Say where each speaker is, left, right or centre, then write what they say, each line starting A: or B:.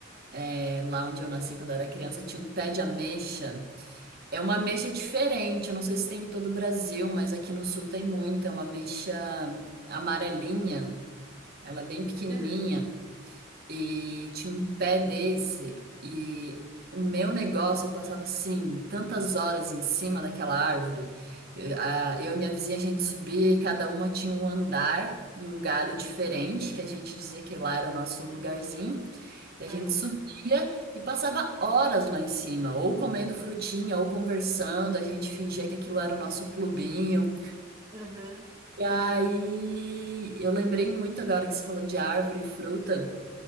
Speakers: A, on the right; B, on the right.
A: é, lá onde eu nasci quando eu era criança, tinha um pé de ameixa. É uma ameixa diferente, eu não sei se tem em todo o Brasil, mas aqui no sul tem muito. É uma ameixa amarelinha. Ela é bem pequenininha
B: ah,
A: e tinha um pé desse e o meu negócio eu passava assim tantas horas em cima daquela árvore. Eu, a- eu e minha vizinha a gente subia e cada uma tinha um andar em um galho diferente, que a gente dizia que lá era o nosso lugarzinho. Daí
B: aí,
A: a gente subia e passava horas lá em cima, ou comendo frutinha, ou conversando, a gente fingia que aquilo era o nosso clubinho.
B: aham.
A: E aí eu lembrei muito agora que você falou de árvore e fruta